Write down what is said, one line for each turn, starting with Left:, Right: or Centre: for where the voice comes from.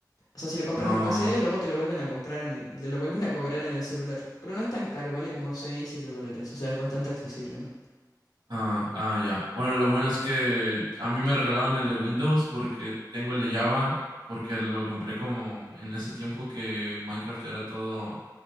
Left: O sea, si lo compras
Right: No.
Left: en PC, luego te lo vuelven a comprar en el- te lo vuelven a cobrar en el celular. Pero no es tan caro, vale como 6 7 dólares. O sea, es bastante accesible, ¿no?
Right: Ah, ah, ya. Bueno, lo bueno es que a mí me regalaron el de Windows porque tengo el de Java, porque lo compré como en ese tiempo que Minecraft era todo